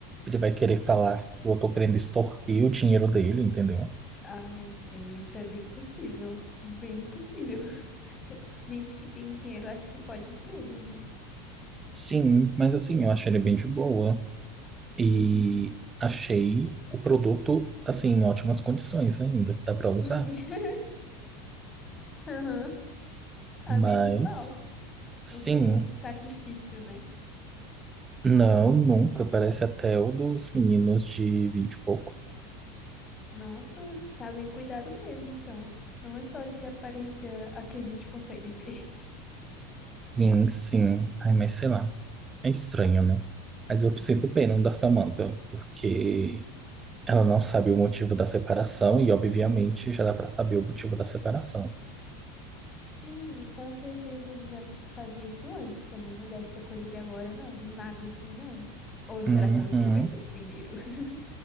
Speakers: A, on the right (about 25°); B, on the left (about 25°).
A: ele vai querer falar que eu tô querendo extorquir o dinheiro dele, entendeu?
B: Ai, assim, isso é bem possível. Bem possível. <laughs> Porque gente que tem dinheiro acha que pode tudo, né?
A: Sim, mas assim, eu achei ele bem de boa. E
B: Uhum.
A: achei o produto, assim, em ótimas condições ainda. Dá pra usar?
B: Hum, <laughs> aham. A
A: Mas,
B: menos mal.
A: sim.
B: Não seria um sacrifício, né?
A: Não, nunca. Parece até o dos meninos de 20 e pouco.
B: Nossa, tá bem cuidado mesmo, então. Não é só de aparência a que a gente consegue ver.
A: Sim, sim. Ai, mas sei lá. É estranho, né? Mas eu sinto pena da Samantha, porque
B: <laughs>
A: ela não sabe o motivo da separação e, obviamente, já dá pra saber o motivo da separação.
B: Sim, com certeza ele já fazia isso antes também. Não deve ser coisa de agora, não. Do nada assim, não. Ou será
A: Uhum.
B: que você vai ser o primeiro? <laughs>